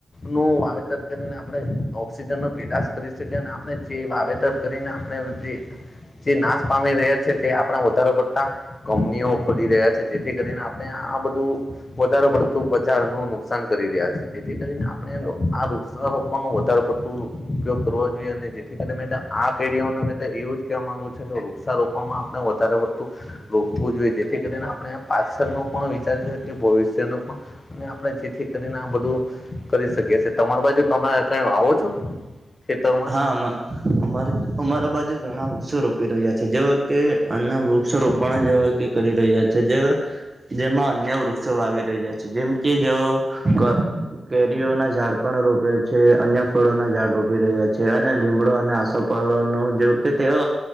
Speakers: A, on the left; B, on the right.
A: નું વાવેતર કરીને આપણે ઓક્સિજન નો પેદાશ કરી શકીયે એમ. કરીને આપણે જે જે નાશ પામી રહ્યા છે જે આપણા વધારે પડતા, કંપનીઓ ખોલી રહ્યા છે જેથી કરીને આપ નઆ બધું વધારે પડતું બજાર નું નુકસાન કરી રહ્યા છે જેથી કરીને આપણે એનું આ રૂપ ફોન ન વધારે પડતું ઉપયોગ કરવો જોઈએ અને જેથી કરી ને ત્યાં આ ફેરિયો નો મે તે એવું જ કવા માંગુ છે કે વૃક્ષારોપણમાં આપણે વધારે વધતું. રોકવું જોઈએ જેથી કરીને આપણે પાછળ ન પણ વિચાર ભવિષ્યનું પણ અને આપણે જેથી કરીને આ બધું. કરી શકી છે તમારી બાજુ તમે કઈ આવો છો? ખેતરમાં
B: હામાં અમારે અમારા બાજુ ઘણા વૃક્ષો રોપી રહ્યા છે જેવા કે અના વૃક્ષો રોપણ જે કરી રહ્યા છે જે, જેમાં અન્ય વૃક્ષો વાવી રહ્યા છે જેમ કે જેઓ ક કેરીઓ ના ઝાડ પણ રોપે છે અન્ય ફળો ના ઝાડ રોપી રહ્યા છે. છે અને લીમડો અને આસોપાલ ન જે કે તેઓ